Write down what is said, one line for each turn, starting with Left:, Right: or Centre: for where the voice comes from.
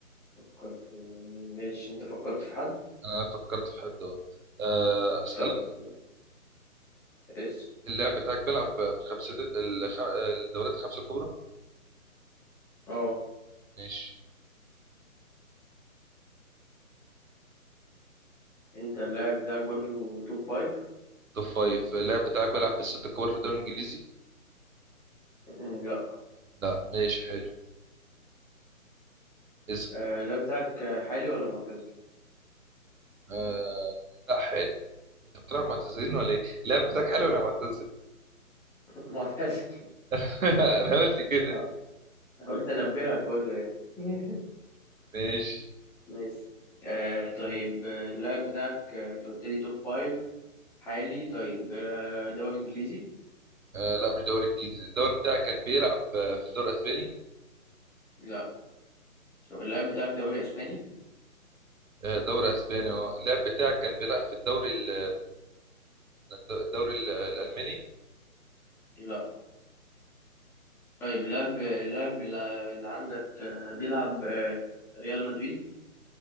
Centre: فكر في مين ماشي انت فكرت في حد
Right: انا فكرت في حد اهو آه، اسال
Centre: طيب يلا اس
Right: اللاعب بتاعك بيلعب في الخمسة الخ... الدوريات الخمسه الكبرى
Centre: اه
Right: ماشي
Centre: انت اللاعب بتاعك برضو توب فايف
Right: توب فايف اللاعب بتاعك بيلعب في الستة الكبار في الدوري الإنجليزي؟
Centre: مم، لا
Right: لا ماشي حلو اسأل
Centre: آه، اللاعب بتاعك حالي ولا معتزل
Right: آه لا حلو أنت بتلعب معتزلين ولا إيه؟ اللاعب بتاعك حلو ولا معتزل؟
Centre: <laughs> معتزل
Right: <laughs> أنا قلت كده
Centre: آه، قلت انبهك برضو يعني <laughs>
Right: ماشي
Centre: ماشي آه، طيب آه، اللاعب بتاعك آه، انت قلت لي توب فايف حالي طيب آه، دوري انجليزي
Right: آه لا مش دوري إنجليزي الدوري بتاعك كان بيلعب آه، في الدوري الأسباني؟
Centre: لا طب اللاعب بتاعك دوري اسباني
Right: آه دوري أسباني أه اللاعب بتاعك كان بيلعب في الدوري ال- قلنا الدوري ال- الألماني؟
Centre: لا طيب اللاعب اللاعب اللي عندك آه، بيلعب آه، ريال مدريد